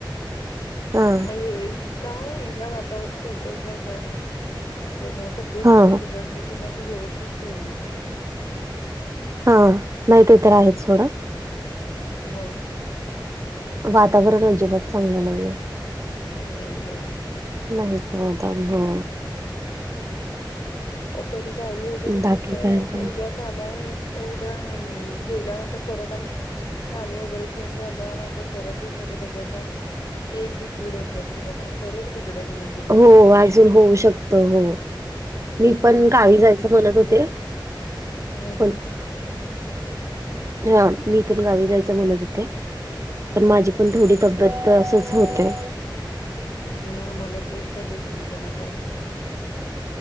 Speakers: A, on the right; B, on the left.
A: हा
B: नाही हे, काय ह्या वातावरणात एवढं हे हाय काय माहित. प्रत्येक
A: हा
B: यत बिघडली की नाही ती व्यवस्थितच होईना झालय.
A: हा नाही ते तर आहेत सोडा.
B: बघु.
A: वातावरण अजिबात चांगलं नाही.
B: लय हाय हो.
A: नाही तर काय हो.
B: आता मी गावी वगैरे
A: बाकी
B: जायच,
A: काय
B: आता
A: म्हण
B: उद्याच. चालूय तर उद्या गेल्यानंतर परत आणि पाणी वगैरे चेंज झाल्यानंतर परत हे सगळं बदलल् ते एक भीती डोक्यात बाबा, परत बिघडल म्हणजे बरं.
A: हो अजून होऊ शकत हो.
B: हम्म,
A: मी पण गावी जायचं म्हणत होते,
B: हम्म,
A: पण ह मी पण गावी जायच म्हणत होते, पण माझी पण थोडी तबेयत परत असंच होते.
B: हा मला तेच झालय समजना काय.